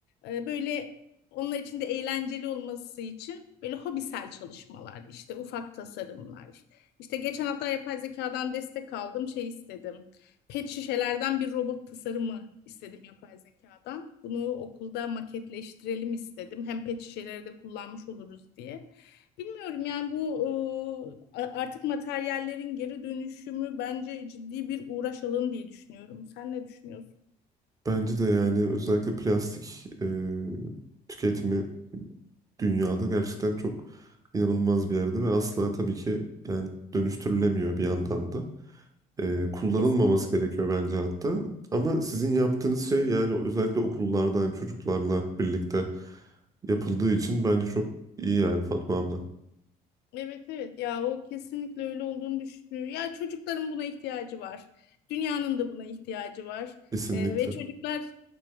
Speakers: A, on the left; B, on the right.
A: e, böyle onlar için de eğlenceli olması için böyle hobisel çalışmalar, işte ufak tasarımlar. İşte geçen hafta yapay zekadan destek aldım, şey istedim. Pet şişelerden bir robot tasarımı istedim yapay zekadan. Bunu okulda maketleştirelim istedim. Hem pet şişeleri de kullanmış oluruz diye. Bilmiyorum yani bu e, artık materyallerin geri dönüşümü bence ciddi bir uğraş alanı diye düşünüyorum. Sen ne düşünüyorsun?
B: Bence de yani özellikle plastik e, tüketimi dünyada gerçekten çok inanılmaz bir yerde ve asla tabii ki yani dönüştürülemiyor bir yandan da. E, kullanılmaması
A: Kesinlikle.
B: gerekiyor bence hatta. Ama sizin yaptığınız şey yani özellikle okullarda yani çocuklarla birlikte yapıldığı için bence çok iyi yani Fatma abla.
A: Evet evet ya o kesinlikle öyle olduğunu düşünüyor. Ya çocukların buna ihtiyacı var. Dünyanın da buna ihtiyacı var.
B: Kesinlikle.
A: Ee, ve çocuklar